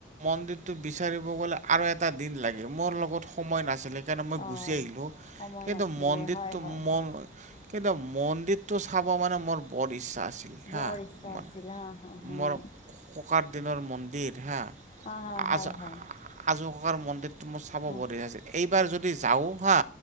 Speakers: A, on the right; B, on the left.
A: মন্দিৰটো বিচাৰিব গ'লে আৰু এটা দিন লাগে। মোৰ লগত সময় নাছিলে <unintelligible> কাৰণে মই
B: অ
A: গুচি আহিলো,
B: সময়
A: কিন্তু
B: নাছিলে
A: মন্দিৰটো
B: হয় হয়
A: মন কিন্তু মন্দিৰটো চাব মানে মোৰ বৰ ইচ্ছা আছি হা,
B: বৰ ইচ্ছা
A: মা
B: আছিল হা হা হা
A: মোৰ ককাৰ দিনৰ মন্দিৰ হা,
B: হা হা হয়
A: আজ-আজো
B: হয়
A: ককাৰ মন্দিৰ ত মোৰ চাব
B: হা
A: বদি আছে। এইবাৰ যদি যাওঁ হা